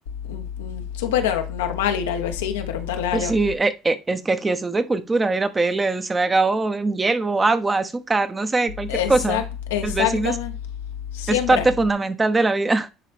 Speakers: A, on the left; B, on the right.
A: mm, mm, súper normal ir al vecino y preguntarle algo.
B: Pues sí, eh, eh, es que aquí eso es de cultura, ir a pedirle, se me ha acabado un hielo, agua, azúcar, no sé, cualquier
A: Exact,
B: cosa.
A: exactamente.
B: El vecino es
A: Siempre.
B: Es parte fundamental de la vida,